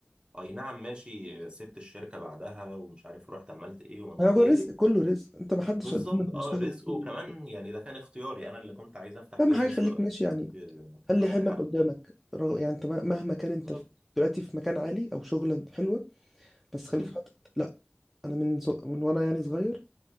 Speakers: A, on the right; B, in the centre.
A: اي نعم ماشي سبت الشركه بعدها ومش عارف رحت عملت ايه وما عملت
B: هو
A: ايه
B: رزق كله رزق انت ما حدش
A: بالظبط
B: قدامك
A: اه
B: بيشتغل
A: رزق
B: كتير.
A: وكمان يعني ده كان اختياري انا اللي كنت عايز افتح
B: اهم
A: بيزنس
B: حاجه خليك
A: ما بقاش
B: ماشي يعني
A: عارف
B: خلي
A: عند
B: حلمك
A: حد
B: قدامك رغ- يعني انت م- مهما كان انت
A: بالظبط
B: في- دلوقتي في مكان عالي او شغلة حلوه بس خليك
A: مم.
B: حاطط لا انا من ص... من وانا يعني صغير